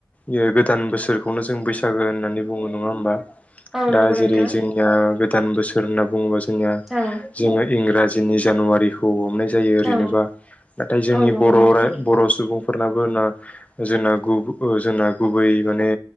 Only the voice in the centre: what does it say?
औ
नंगौ
नोंथां
औ
औ
औ नंगौ
नोंथां